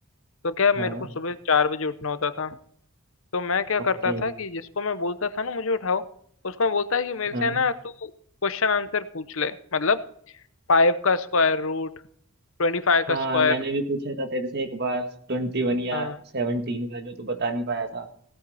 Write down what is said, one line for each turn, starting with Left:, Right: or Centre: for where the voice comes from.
Left: तो क्या मेरे
Right: हाँ
Left: को सुबह चार बजे उठना होता था तो मैं क्या
Right: ओके
Left: करता था कि जिसको मैं बोलता था ना मुझे उठाओ उसको मैं बोलता कि मेरे
Right: हाँ
Left: से ना तू क्वेश्चन आंसर पूछ ले मतलब फाइव का स्क्वायर रूट ट्वेंटी फाइव का
Right: हाँ
Left: स्क्वायर
Right: मैंने
Left: रूट
Right: भी पूछा था तेरे से एक बार ट्वेंटी वन या
Left: हाँ
Right: सेवनटीन का जो तू बता नहीं पाया था